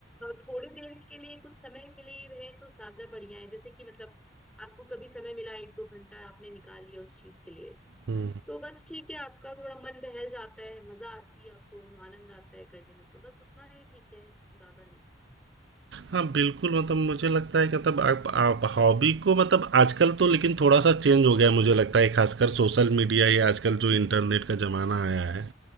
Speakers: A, in the centre; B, on the right.
A: थोड़ी देर के लिए कुछ समय के लिए ही रहे तो ज्यादा बढ़िया है जैसे कि मतलब आपको कभी समय मिला एक दो घंटा आपने निकाल लिया उस चीज के लिए
B: हुँ।
A: तो बस ठीक है आपका थोड़ा मन बहल जाता है मजा आती है आपको आनंद आता है करने में तो बस उतना ही ठीक है ज्यादा नहीं
B: हाँ, बिल्कुल मतलब मुझे लगता है कि मतलब आप आप हॉबी को मतलब आजकल तो लेकिन थोड़ा-सा चेंज हो गया है मुझे लगता है खासकर सोशल मीडिया या आजकल जो इंटरनेट का ज़माना आया है,